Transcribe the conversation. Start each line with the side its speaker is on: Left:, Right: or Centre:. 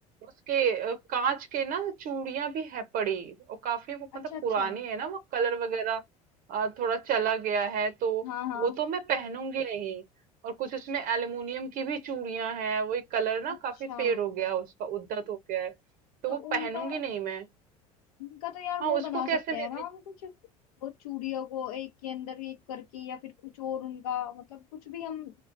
Right: उसके अ, कांच के ना चूड़ियां भी है पड़ी और काफी वो
Left: अच्छा
Right: मतलब
Left: अच्छा
Right: पुरानी है ना वो कलर वगैरह अ, थोड़ा चला गया है तो
Left: हाँ हाँ
Right: वो तो मैं पहनूंगी नहीं और कुछ उसमें एल्युमिनियम की भी चूड़ियां हैं वो एक कलर ना
Left: अच्छा
Right: काफी फेड हो गया है उसका उद्धत हो गया है तो
Left: तो
Right: वो
Left: उनका
Right: पहनूंगी नहीं मैं
Left: उनका तो यार
Right: हाँ
Left: वो
Right: उसको
Left: बना सकते
Right: कैसे मैं
Left: हैं ना हम कुछ वो चूड़ियों को एक के अंदर एक करके या फिर कुछ और उनका मतलब कुछ भी हम